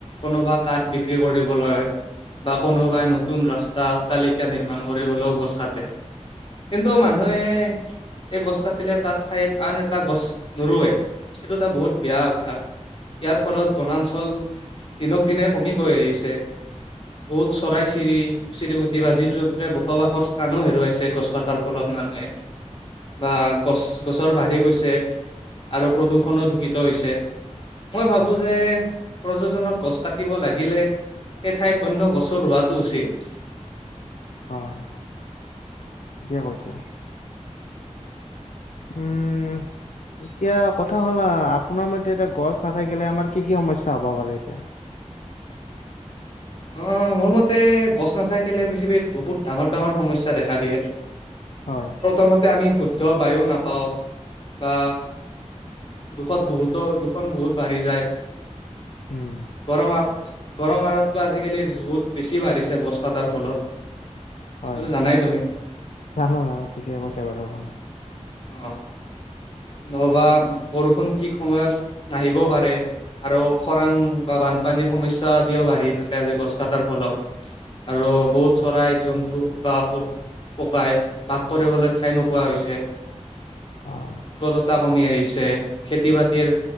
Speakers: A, on the left; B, on the left.
A: কোনোবা কাঠ বিক্ৰী কৰিবলৈ বা কোনোবাই
B: হয়,
A: নতুন ৰাস্তা অট্টালিকা নিৰ্মাণ কৰিবলৈ গছ তাতে। কিন্তু মানুহে এই গছ কাটিলে তাত ঠাইত আন এটা গছ নোৰোৱে। এইটো এটা বহুত বেয়া অভ্যাস। ইয়াৰ ফলত বনাঞ্চল দিনক দিনে কমি গৈ আহিছে। বহুত চৰাই চিৰি চিৰিকুটি বা জীৱ জন্তুৰে বসবাসৰ টানো হেৰুৱাইছে গছ কটাৰ ফলত মানুহে বা গছ গছৰ ভাগ গৈছে আৰু প্ৰদূষণো দূষিত হৈছে মই ভাবো
B: হয়,
A: যে প্ৰযোজনৰ গছ কাটিব লাগিলে সেই ঠাইত অন্যয় গছ ৰুৱাটো উচ্ছিত।
B: হয়, থিকে কৈছে। উম। এতিয়া কথা হ'ল আপোনাৰ মতে এতিয়া গছ নাথাকিলে আমাৰ কি কি সমস্যা হ'ব পাৰে এতিয়া।
A: অ' মোৰ মতে গছ নাথাকিলে পৃথিৱীত বহুত ডাঙৰ ডাঙৰ সমস্যা দেখা দিয়ে।
B: হয়,
A: প্ৰথমতে আমি শুদ্ধ বায়ো নাপাওঁ বা দুখত বহুতো দুখন বহুত বাঢ়ি যায়।
B: উম,
A: গৰমত গৰমাৰত ত' আজিকালি ৰ'দ বহুত বেছি বাঢ়িছে গছ কটাৰ ফলত।
B: হয়,
A: এইটোতো জানাই তুমি
B: জানো জানো ঠিকে কৈছে বাৰু আপুনি।
A: অ' নহবা বৰষুণ ঠিক সময়ত নাহিবও পাৰে। আৰু খৰাং বা বানপানীৰ সমস্যা আদিও বাঢ়ি থাকে আজি গছ কটাৰ ফলত। আৰু বহুত চৰাই জন্তু বা আপক পকাই বাস কৰিবলৈ ঠাই নোপোৱা হৈছে।
B: অ'।
A: বতাহ কমি আহিছে খেতি বাতিৰ